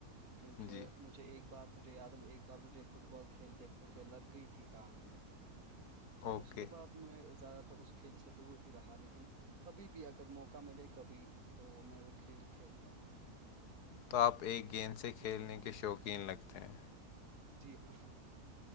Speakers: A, on the right; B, on the left.
A: کیونکہ
B: جی
A: مجھے ایک بار مجھے یاد ہے ایک بار مجھے فٹ بال کھیلتے کھیلتے لگ گئی تھی ٹانگ میں تو
B: اوکے
A: اس کے بعد میں زیادہ تر اس کھیل سے دور ہی رہا لیکن کبھی بھی اگر موقع ملے کبھی تو میں وہ کھیل کھیلتا ہوں
B: تو آپ ایک گیند سے کھیلنے کے شوقین لگتے ہیں
A: جی ہاں